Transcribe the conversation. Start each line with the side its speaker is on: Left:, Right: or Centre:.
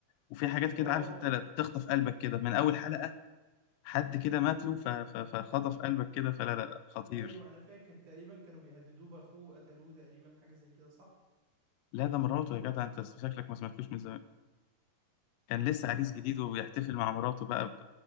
Left: وفي حاجات كده
Right: اه
Left: عارف انت لا تخطف قلبك كده من اول حلقه حد كده مات له ف... ف... فخطف قلبك كده فلا لا لا خطير
Right: ايوه انا فاكر تقريبا كانوا بيهددوه باخوه قتلوه تقريبا حاجة زي كده صح
Left: لا ده مراته يا جدع انت شكلك ما سمعتوش من زمان كان
Right: هو
Left: لسه
Right: من
Left: عريس
Right: زمان
Left: جديد
Right: قوي بصراحة
Left: وبيحتفل مع مراته بقى ب...